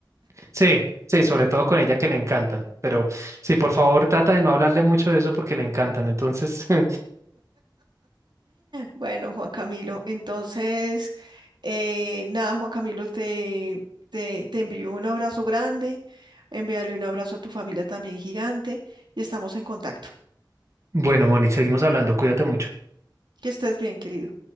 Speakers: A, on the right; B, on the right.
A: Sí, sí, sobre todo con ella que le encantan. Pero sí, por favor, trata de no hablarle mucho de eso porque le encantan. Entonces, <laughs>
B: Bueno, Juan Camilo, entonces, eh, nada, Juan Camilo, te, te, te envío un abrazo grande, envíale un abrazo a tu familia también gigante y estamos en contacto.
A: bueno, Moni, seguimos hablando. Cuídate mucho.
B: Que estés bien, querido.